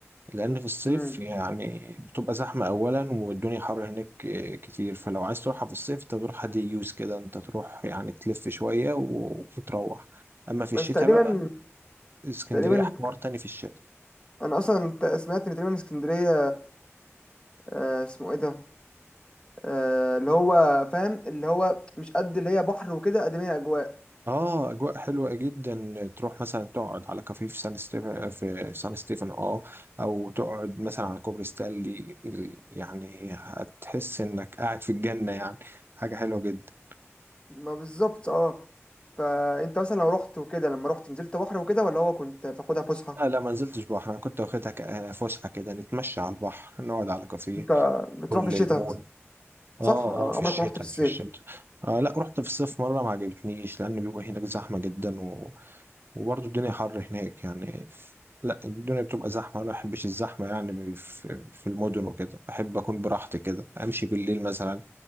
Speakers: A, on the right; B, on the left.
A: لأن في الصيف
B: امم
A: يعني بتبقى زحمة أولا والدنيا حر هناك آه، كتير فلو عايز تروحها في الصيف أنت تروحها دي يوز كده أنت تروح يعني تلف شوية و- وتروح أما في
B: بس
A: الشتاء
B: تقريبا
A: بقى اسكندرية
B: تقريبا
A: حوار تاني في الشتاء
B: انا اصلا سمعت ان تقريبا اسكندريه آه، اسمه ايه ده آه، اللي هو فاهم اللي هو مش قد اللي هي بحر وكده قد ما هي اجواء
A: اه اجواء حلوه جدا تروح مثلا تقعد على كافيه في سان ستيفن في سان ستيفن اه او تقعد مثلا على كوبري ستانلي ال- يعني هتحس انك قاعد في الجنه يعني حاجه حلوه جدا
B: ما بالظبط اه فانت مثلا لو رحت وكده لما رحت نزلت بحر وكده ولا هو كنت بتاخدها فسحه
A: لا لا ما نزلتش بحر انا كنت واخدها ك- فسحه كده نتمشى على البحر نقعد على كافيه
B: انت بتروح
A: كل
B: في الشتاء
A: المول اه
B: صح آه،
A: اه في
B: عمرك
A: الشتاء
B: ما رحت في الصيف
A: في الشتاء آه لا رحت في الصيف مره ما عجبتنيش لان بيبقى هناك زحمه جدا وبرضه الدنيا حر هناك يعني ف- لا الدنيا بتبقى زحمة وأنا ما بحبش الزحمة يعني في في المدن وكده بحب أكون براحتي كده أمشي بالليل مثلا